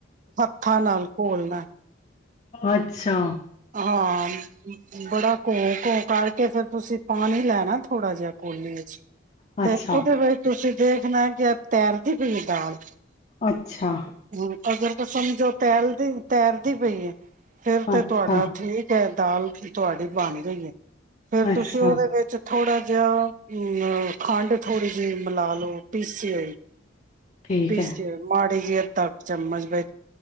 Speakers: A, on the right; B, on the left.
A: ਹੱਥਾਂ ਨਾਲ ਘੋਲਣਾ
B: ਅੱਛਾ,
A: ਹਾਂ ਬੜਾ ਘੋਂ ਘੋਂ ਕਰਕੇ ਫਰ ਤੁਸੀਂ ਪਾਣੀ ਲੈਣਾ ਥੋੜਾ ਜਿਹਾ ਕੋਲੇ ਵਿੱਚ
B: ਅੱਛਾ,
A: ਤੇ ਉਹਦੇ ਵਿੱਚ ਤੁਸੀਂ ਦੇਖਣਾ ਕਿ ਤੈਰਦੀ ਪਈ ਹੈ ਦਾਲ
B: ਅੱਛਾ,
A: ਹ ਅਗਰ ਤਾਂ ਸਮਝੋ ਤੇੈਲ ਤੈਰਦੀ ਪਈ ਹੈ ਫਿਰ ਤੇ
B: ਅੱਛਾ।
A: ਤੁਡਾ ਠੀਕ ਹੈ ਦਾਲ ਤੁਹਾਡੀ ਬਣ ਗਈ ਹੈ ਫੇਰ ਤੁਸੀਂ
B: ਅੱਛਾ,
A: ਉਹਦੇ ਵਿੱਚ ਥੋੜ੍ਹਾ ਜਿਹਾ ਅਮ ਖੰਡ ਥੋੜ੍ਹੀ ਜਿਹੀ ਮਿਲਾ ਲਓ ਪੀਸੀ ਹੋਈ
B: ਠੀਕ
A: ਪੀਸ
B: ਐ।
A: ਮੜ ਗ ਤੱਕ ਚਮਚ ਬੈ